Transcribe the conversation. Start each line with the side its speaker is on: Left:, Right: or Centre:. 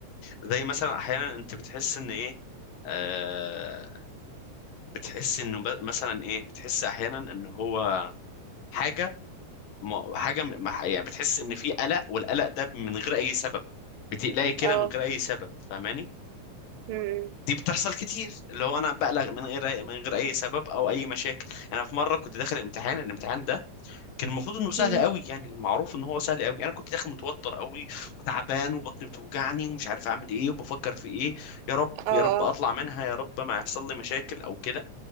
Left: زي مثلا احيانا انت بتحس ان ايه آه بتحس انه ب- مثلا ايه بتحس احيانا ان هو حاجة ما حاجة م- ما- يعني بتحس ان في قلق والقلق ده من غير اي سبب بتقلقي كده
Right: اه
Left: من غير اي سبب فاهماني
Right: مم.
Left: دي بتحصل كتير اللي هو انا بقلق من غير من غير اي سبب او اي مشاكل انا في مره كنت داخل امتحان الامتحان ده كان المفروض انه سهل
Right: مم.
Left: قوي يعني معروف ان هو سهل قوي انا كنت داخل متوتر قوي وتعبان وبطني بتوجعني ومش عارف اعمل ايه وبفكر في ايه يا رب
Right: اه
Left: يا
Right: اه
Left: رب اطلع منها يا رب ما يحصل لي مشاكل او كده